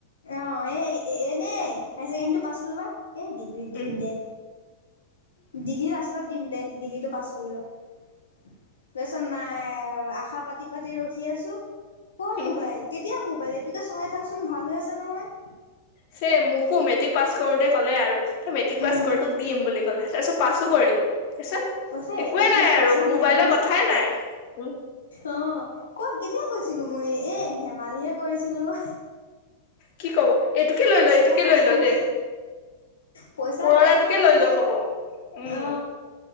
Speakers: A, on the left; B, on the left.
A: অ এ এনে হাই ছেকেণ্ডৰীটো পাছ কৰিবা। এ ডিগ্ৰী
B: উম
A: দিম দে ডিগ্ৰী লাষ্টত দিম দে, ডিগ্ৰীটো পাছ কৰি ল'। <unintelligible> নাই আশা পাতি, পাতি ৰখি আছোঁ। ক'
B: উম
A: মোবাইল, কেতিয়া মোবাইল, এইটোকে চলাই থাকচোন ভাল হৈ আছে নহয়।
B: চে মোকো মেট্ৰিক পাছ কৰোঁতে ক'লে আৰু তই মেট্ৰিক পাছ
A: উম
B: কৰ তোক দিম বুলি ক'লে তাৰ পিছত পাছো কৰিলোঁ। তাৰপিছত,
A: কৈছে
B: একোৱে
A: এতিয়া
B: নাই আৰু
A: পইচা
B: মোবাইলৰ
A: নাই নহয়
B: কথাই নাই। উম!
A: অ'! ক'ত কেতিয়া কৈছিলোঁ মই! এ, ধেমালিহে কৰিছিলোঁ।
B: কি ক'ব? এইটোকে লৈ ল', এইটোকে
A: পইচা
B: লৈ ল'
A: নাই
B: দে।
A: পইচা
B: পুৰণাটোকে
A: নাই নহয়
B: লৈ
A: এতিয়া
B: ল' কব। উম!
A: অ